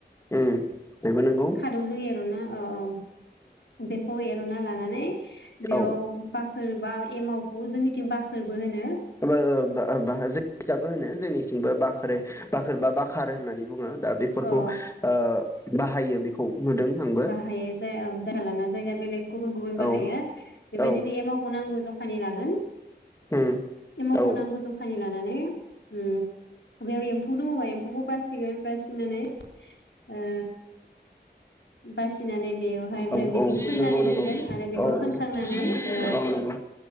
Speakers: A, on the left; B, on the left.
A: उम बेबो नोंगौ।
B: खारौ जों एरनना औ औ। बेखौ एरनना लानानै बेयाव
A: औ
B: बाखोर बा एमावखौ जोंनिथिं बाखोरबो होनो।
A: <unintelligible> जों बिजाबो होनो जोंनिथिंबो बाख्रो बाखोर बा बा खार होननानै बुङो दा बेफोरखौ
B: अ
A: ओ बा हायो बेखौ नुदों आंबो
B: बाहायो जाया जायगा लाना जायगा बेलेग गुबुन गुबुन बाहायो
A: औ
B: बेबायदिनो
A: औ
B: एमावखौ नांगौ ज फानि लागोन <inaudible>
A: उम
B: एमावख
A: औ
B: नांगौ जखानि ला माने उम। <unintelligible> एम्फौ दङोबा एम्फौखौ बासिगोन बास नानै ओ बासिनानै बेवहाय ओमफ्राय
A: औ
B: बेखौ
A: औ
B: फाननानै
A: नंगौ नंगौ
B: दोनगोन आरो बेखौ
A: औ
B: फानखांनानै
A: नंगौ
B: ओ
A: औ नंगौ